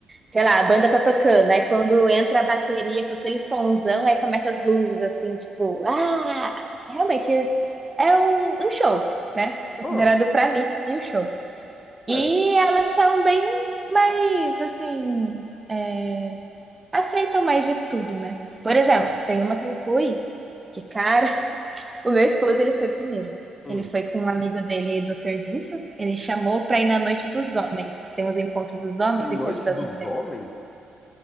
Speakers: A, on the right; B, on the left.
A: sei lá, a banda tá tocando, aí quando entra a bateria com aquele sonzão, aí começa as luzes, assim, tipo, ah, realmente é um, um show, né? Considerado
B: Ah,
A: pra mim um show. E
B: é,
A: elas são bem mais, assim, é, aceitam mais de tudo, né? Por exemplo,
B: tá.
A: tem uma que eu fui, que cara. O meu esposo, ele foi primeiro.
B: Hum.
A: Ele foi com um amigo dele do serviço. Ele chamou pra ir na noite dos homens, que tem os encontros dos homens,
B: Tem
A: e
B: Noite
A: encontro das
B: dos
A: mulheres.
B: Homens?